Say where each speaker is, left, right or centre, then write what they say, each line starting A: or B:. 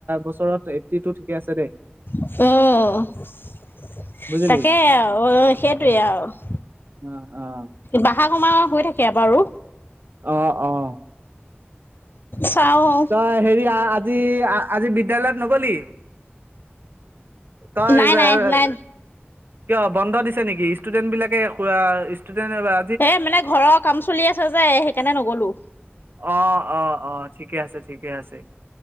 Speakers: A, on the right (about 55°); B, on the left (about 55°).
A: বছৰত এইটটি টু ঠিকেই আছে দেই।
B: উম। তাকে। তাকে আৰু
A: বুজিলি
B: অঁ। সেইটোৱেই আৰু।
A: অঁ, অঁ।
B: বঢ়া- কমা হৈ থাকে বাৰু।
A: অঁ, অঁ।
B: চাওঁ আৰু।
A: তই হেৰি, আজি- আজি বিদ্যালয়ত নগলি? তই
B: নাই
A: সেই, হয়,
B: নাই
A: হয়।
B: নাই
A: কিয় বন্ধ দিছে নেকি? ষ্টুডেন্ট বিলাকে কুআ ষ্টুডেন্ট ৱা
B: এ মানে ঘৰৰ কাম চলি আছে যে এ সেইকাণে নগলো।
A: অ, অ, অ ঠিকে আছে, ঠিকে আছে।